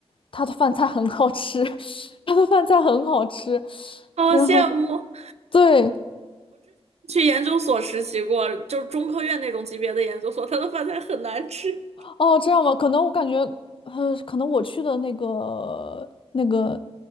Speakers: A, on the left (about 55°); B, on the right (about 80°).
A: 他的饭菜很好吃，<laughs> 他的饭菜很好吃。然后
B: 好羡慕，
A: 对，
B: 去研究所实习过，就是中科院那种级别的研究所，他的饭菜很难吃。
A: 哦，这样吧，可能我感觉，呃，可能我去的那个那个